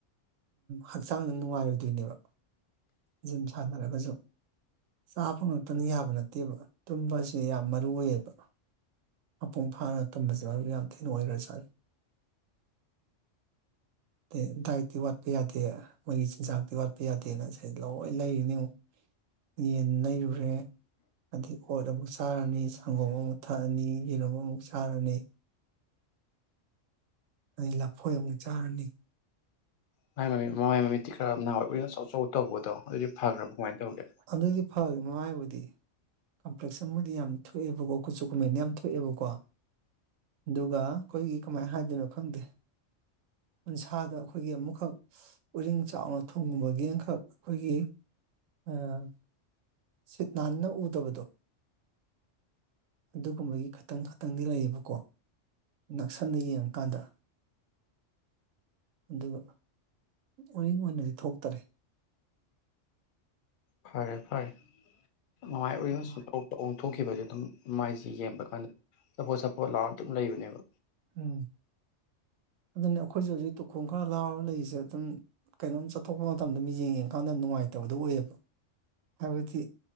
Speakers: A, on the right; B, on the left.
A: ꯍꯛꯆꯥꯡꯗ ꯅꯨꯡꯉꯥꯏꯔꯣꯏꯗꯣꯏꯅꯦꯕ ꯖꯤꯝ ꯁꯥꯟꯅꯔꯒꯁꯨ ꯆꯥꯕ ꯉꯛꯇꯅ ꯌꯥꯕ ꯅꯠꯇꯦꯕ ꯇꯨꯝꯕꯁꯦ ꯌꯥꯝ ꯃꯔꯨ ꯑꯣꯏꯌꯦꯕ ꯃꯄꯨꯡ ꯐꯥꯅ ꯇꯨꯝꯁꯦ ꯃꯔꯨ ꯌꯥꯝ ꯊꯤꯅ ꯑꯣꯏꯔ ꯁꯥꯥꯅ ꯑꯗꯩ ꯗꯥꯏꯠꯇꯤ ꯋꯥꯠꯄ ꯌꯥꯗꯦ ꯃꯣꯏꯒꯤ ꯆꯤꯟꯖꯥꯛꯇꯤ ꯋꯥꯠꯄ ꯌꯥꯗꯦꯅ ꯁꯤ ꯂꯣꯏ ꯂꯩꯔꯤꯅꯤ ꯑꯃꯨꯛ ꯌꯦꯟ ꯅꯔꯨꯔꯦ ꯑꯗꯩ ꯑꯣꯠ ꯑꯃꯨꯛ ꯆꯥꯔꯅꯤ ꯁꯪꯒꯣꯝ ꯑꯃꯨꯛ ꯊꯛꯑꯅꯤ ꯌꯦꯔꯨꯝ ꯑꯃꯨꯛ ꯆꯥꯔꯅꯤ ꯑꯩ ꯂꯐꯣꯏ ꯑꯃꯨꯛ ꯆꯥꯔꯅꯤ
B: ꯃꯥꯏ ꯃꯃꯤ ꯃꯥꯏ ꯃꯃꯤꯗꯤꯤ ꯈꯔ ꯅꯍꯋꯥꯏ ꯑꯣꯏꯅ ꯑꯆꯧ ꯑꯆꯧ ꯇꯧꯕꯗꯣ ꯑꯗꯨꯗꯤ ꯐꯈ꯭ꯔꯕ ꯀꯃꯥꯏꯅ ꯇꯧꯒꯦ
A: ꯑꯗꯨ ꯗꯤ ꯐꯒꯔꯦ ꯃꯃꯥꯏꯕꯨꯗꯤ ꯀꯝꯄꯂꯦꯛꯁꯟ ꯌꯝ ꯊꯣꯛꯑꯕꯥꯀꯣ ꯀꯨꯆꯨ ꯀꯨꯃꯦꯟ ꯌꯥꯝ ꯊꯣꯛꯑꯦꯕꯀꯣ ꯑꯗꯨꯒ ꯑꯩꯈꯣꯏꯒꯤ ꯀꯃꯥꯏꯅ ꯍꯥꯏꯗꯣꯏꯅꯣ ꯈꯪꯗꯦ ꯎꯟꯁꯥꯗ ꯑꯩꯈꯣꯏꯒꯤ ꯑꯃꯨꯛꯈꯛ ꯎꯔꯤꯡ ꯆꯥꯎꯅ ꯊꯣꯡꯒꯨꯝꯕꯒꯤ ꯑꯃꯈꯛ ꯑꯩꯈꯣꯏꯒꯤ ꯑꯥ ꯁꯤꯠ ꯅꯥꯟꯅ ꯎꯗꯕꯗꯣ ꯑꯗꯨꯒꯨꯝꯕꯒꯤ ꯈꯇꯪ ꯈꯇꯪꯗꯤ ꯂꯩꯌꯦꯕꯀꯣ ꯅꯛꯁꯟꯅ ꯌꯦꯡꯉꯀꯥꯟꯗ ꯑꯗꯨꯒ ꯑꯣꯏꯅꯤꯡꯡ ꯑꯣꯏꯅꯗꯤ ꯊꯣꯛꯇꯔꯦ
B: ꯐꯔꯦ ꯐꯔꯦ ꯃꯃꯥꯏ ꯎꯔꯤꯡ
A: ꯅꯨꯡꯉꯥꯏ
B: ꯁꯨꯡꯇꯧ ꯇꯧ ꯊꯣꯛꯈꯤꯕꯁꯦ ꯑꯗꯨꯝ ꯃꯥꯏꯁꯤꯦ ꯌꯦꯡꯕ ꯀꯥꯟꯗ ꯆꯄꯣꯠ ꯆꯄꯣꯠ ꯂꯥꯎꯔ ꯑꯗꯨꯝ ꯂꯩꯕꯅꯦꯕ
A: ꯎꯝ ꯑꯗꯨꯅꯤ ꯑꯩꯈꯣꯏꯁꯨꯦ ꯍꯧꯖꯤꯛ ꯇꯨꯈꯣꯡ ꯈꯔ ꯂꯥꯎꯔꯒ ꯂꯩꯔꯤꯁꯦ ꯑꯗꯨꯝ ꯀꯩꯅꯣꯝ ꯆꯠꯊꯣꯛꯄ ꯃꯇꯝꯗ ꯃꯤꯠ ꯌꯦꯡ ꯌꯦꯡꯀꯥꯟꯗ ꯅꯨꯡꯉꯥꯏꯇꯕꯗꯣ ꯑꯣꯏꯌꯦꯕ ꯍꯥꯏꯕꯗꯤ